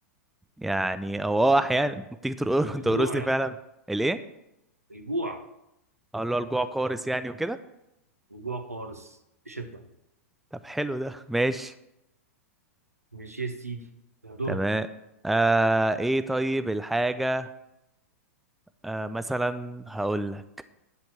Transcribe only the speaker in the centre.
يعني او اه احيانا تيجي ترقر-
<laughs> تقرصني
فعلا
الايه
اقول له الجوع قارس يعني وكده
طب حلو ده <laughs> ماشي
تمام آه ايه طيب الحاجة آه مثلا هقول لك